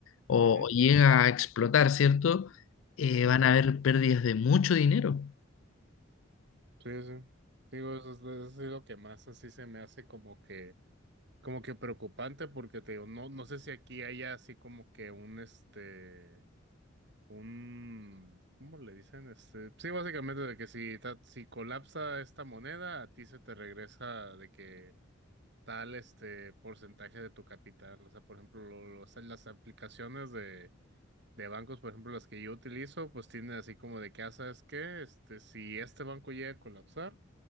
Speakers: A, on the left; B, on the right.
A: o,
B: ujú,
A: o llega a explotar, ¿cierto? Eh,
B: ujú.
A: van a haber pérdidas de mucho dinero.
B: Sí, sí. Digo, eso es, eso es lo que más así se me hace como que, como que preocupante, porque te digo, no, no sé si aquí haya así como que un este, un, ¿cómo le dicen? Este, sí, básicamente de que si, ta- si colapsa esta moneda, a ti se te regresa de que tal este porcentaje de tu capital. O sea, por ejemplo, lo- los- las aplicaciones de de bancos, por ejemplo, las que yo utilizo, pues tienen así como de que, ah, ¿sabes qué? Este, si este banco llega a colapsar,